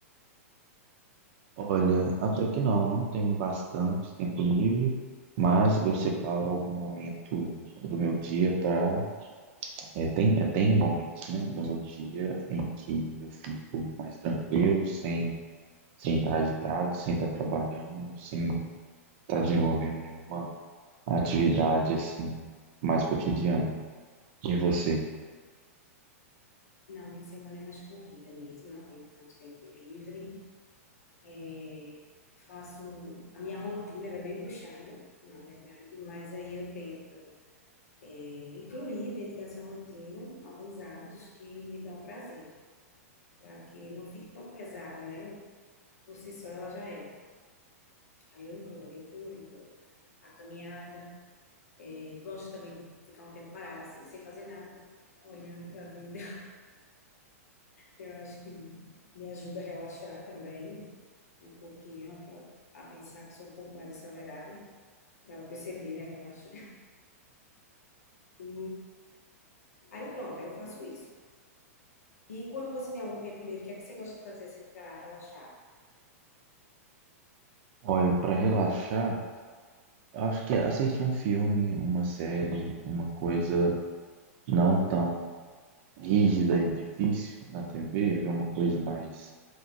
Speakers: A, on the right (about 50°); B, on the left (about 80°).
A: Olha, até que não, não tenho bastante tempo livre, mas eu separo algum momento do meu dia para É, tem, eu tenho momentos, né, no meu dia
B: Uhum.
A: em que eu fico mais tranquilo, sem sem estar agitado, sem estar trabalhando, sem estar desenvolvendo nenhuma atividade assim mais cotidiana. E você?
B: Não, minha semana é mais corrida mesmo, não tenho tanto tempo livre. É, faço, a minha rotina era bem puxada, na verdade, mas aí eu tento. é, incluir dentro dessa rotina alguns hábitos que me dão prazer, para que não fique tão pesada, né? Por si só ela já é. Aí eu incluo a leitura, incluo a caminhada, é, gosto também de ficar um tempo parada, assim, sem fazer nada, olhando para a vida. <laughs> Eu acho que me ajuda a relaxar também um pouquinho, pra- a pensar que sou um pouco mais acelerada, dá para perceber, né? Eu acho. <laughs> E aí pronto, aí eu faço isso. E quando você tem algum tempo livre, o que é que você gosta de fazer assim para relaxar?
A: Olha, para relaxar, eu acho que assistir um filme, uma série, uma coisa não tão rígida e difícil na TV, ver uma coisa mais